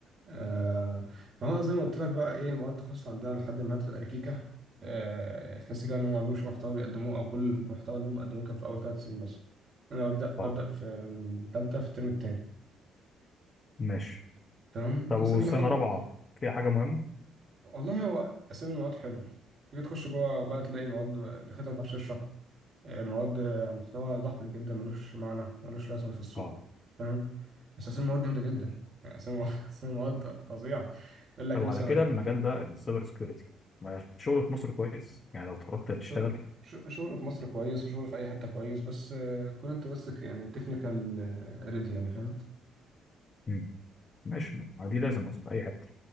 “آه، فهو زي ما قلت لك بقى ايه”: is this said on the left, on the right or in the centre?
Right